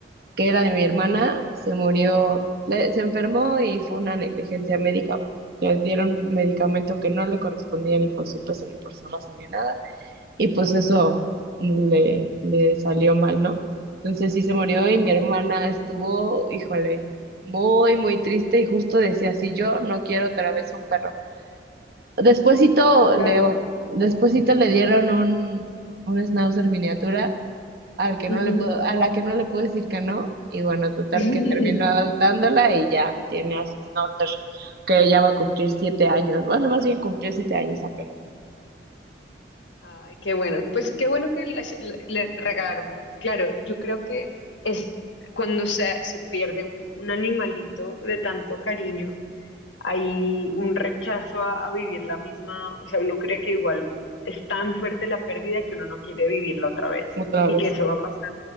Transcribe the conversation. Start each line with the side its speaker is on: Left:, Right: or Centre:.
Right: que era de mi hermana, se murió, le- se enfermó y fue una negligencia médica. Le dieron medicamento que no le correspondía ni por su peso, ni por su raza, ni nada. Y pues eso le, le salió mal, ¿no? Entonces sí se murió
Left: Ah,
Right: y mi hermana estuvo, híjole, muy, muy triste y justo decía, sí, yo no quiero otra vez un perro. Despuésito
Left: claro.
Right: le, despuésito le dieron un, un schnauzer miniatura al que
Left: Ujú.
Right: no le puedo, a la que no le puedo decir que no, y bueno, total
Left: <laughs>
Right: que termino adoptándola y ya tiene a sus notas, que ya va a cumplir siete años, bueno, más bien cumplió siete años apenas,
Left: Ay, qué bueno. Pues qué bueno que las- le le regalaron, porque claro, yo creo que es cuando se, se pierde un, un animalito de tanto cariño, hay un rechazo a, a vivir la misma, o sea, uno cree que igual es tan fuerte la pérdida que uno no quiere vivirla otra vez
Right: otra
Left: y
Right: vez.
Left: que eso va a pasar